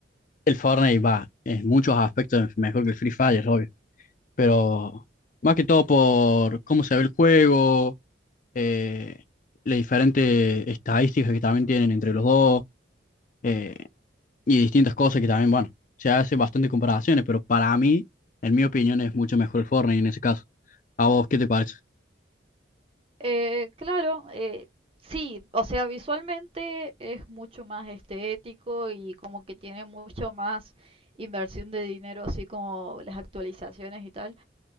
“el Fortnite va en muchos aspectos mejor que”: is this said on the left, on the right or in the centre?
Left